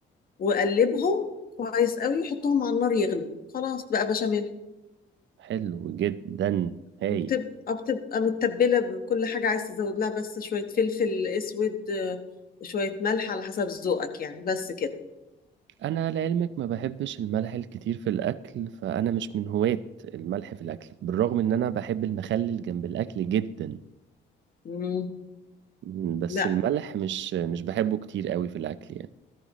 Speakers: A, on the left (about 45°); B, on the right (about 70°).
A: وقلبهم كويس قوي وحطهم على النار يغلوا خلاص بقى بشاميل
B: حلو جدا هايل
A: بتبقى بتبقى متبلة بكل حاجة عايز تزود لها بس شوية فلفل اسود آه، شوية ملح على حسب ذوقك يعني بس كده
B: انا لعلمك ما بحبش الملح الكتير في الاكل فانا مش من هواة الملح في الاكل بالرغم ان انا بحب المخلل جنب الاكل جدا
A: مم.
B: مم، بس
A: لا
B: الملح مش مش بحبه كتير قوي في الاكل يعني